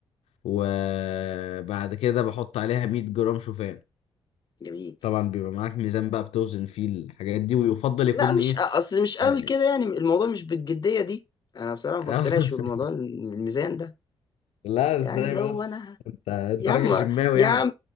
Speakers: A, on the left; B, on the left.
A: وبعد كده بحط عليها 100 جرام شوفان
B: جميل
A: طبعا بيبقى معاك ميزان بقى بتوزن فيه الحاجات دي ويفضل
B: لا
A: يكون
B: مش
A: ايه
B: اصل مش قوي
A: آه،
B: كده يعني الموضوع مش بالجديه دي انا بصراحه ما
A: <laughs>
B: بقتنعش بالموضوع الميزان ده
A: لا ازاي
B: يعني اللي
A: بس
B: هو انا
A: انت انت
B: يا
A: راجل
B: عم
A: جماوي
B: يا
A: يعني
B: عم